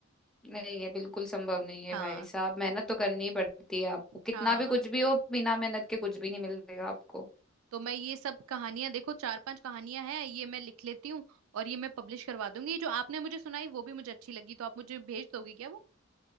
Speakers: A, in the centre; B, on the right (about 75°).
A: नहीं ये बिल्कुल संभव नहीं है
B: हाँ
A: भाई साहब मेहनत तो करनी ही पड़ती है आपको कितना
B: हाँ
A: भी कुछ भी हो बिना मेहनत के कुछ भी नहीं मिलेगा आपको
B: तो मैं ये सब कहानियां देखो चार पांच कहानियां हैं ये मैं लिख लेती हूँ और ये मैं पब्लिश करवा दूंगी ये जो आपने मुझे सुनाई वो भी मुझे अच्छी लगी तो आप मुझे भेज दोगे क्या वो